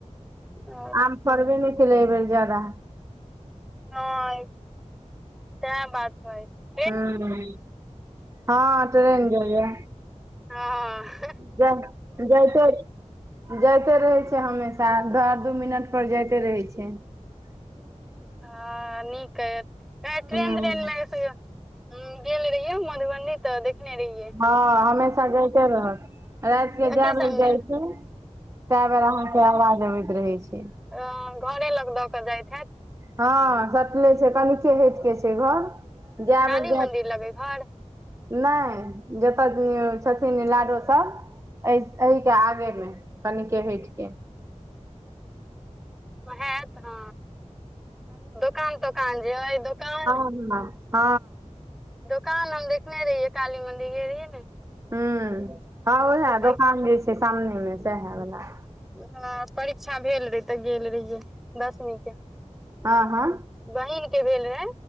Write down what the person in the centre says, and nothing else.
ओ
हँ ते बात भए छै
ह <unintelligible>
हँ नीक ह ट्रेन
तट्रेन ल <unintelligible> ह गेललि रैहियहि मधबनीी तऽ देखने रहिियै
अथी
सबमे
अ घरे लग दऽ क जाइत हैत
काली
मंदिर लग अइ घर
हयत हँ दोकान तोकान जेइ दोकान
दोकान लगं देखने रहियै काली मंदिर गेल रहियै ने
हमर
सबके
हाऽ परीक्षा भेल रहे तऽ गेल रहियै दसमीं के
बहिन के भेल रहै